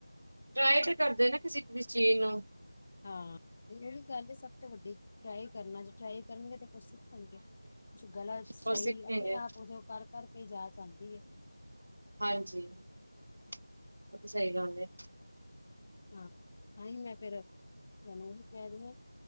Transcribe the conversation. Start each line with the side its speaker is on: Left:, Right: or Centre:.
Right: ਟਰਾਈ ਤੇ ਕਰਦੇ ਨਾ ਕਿਸੇ-ਕਿਸੇ ਚੀਜ਼ ਨੂੰ
Left: ਹਾਂ ਤੇ ਉਹੀ ਗੱਲ ਸਭ ਤੋਂ ਵੱਡੀ ਟਰਾਈ ਕਰਨਾ ਜੇ ਟਰਾਈ ਕਰਨਗੇ ਤੇ ਕੁਛ ਹਾਂਜੀ ਗਲਤ ਸਈ
Right: ਉਹ ਸਿੱਖਣਗੇ
Left: ਆਪਣੇ ਆਪ ਹੋ ਜਾਓ ਕਰ-ਕਰ ਕੇ ਜਾਚ ਆਂਦੀ ਏ।
Right: ਹਾਂਜੀ <unintelligible> ਸਈ ਗੱਲ ਏ।
Left: ਹਾਂ ਤਾਂਹੀ ਮੈਂ ਫਿਰ ਤੁਹਾਨੂੰ ਕਹਿ ਰਈ ਆਂ।